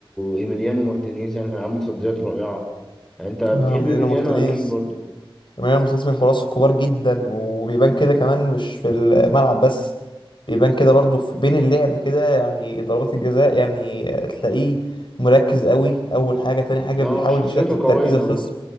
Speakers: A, in the centre; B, on the left.
A: إيميليانو مارتينيز يعني كان عامل تصديات رائعة يعني أنت بتحب
B: آه ميلينا
A: إيميليانو
B: مارتينيز
A: أكيد برضو
B: ميلينا مارتينيز من الحراس الكبار جدا وبيبان كده كمان مش في الملعب بس بيبان كده برضو في بين اللعب كده يعني ضربات الجزاء يعني تلاقيه مركز قوي اول حاجة تاني حاجة
A: أه
B: بيحاول
A: شخصيته
B: يشتت تركيز
A: قوية
B: الخصم
A: أه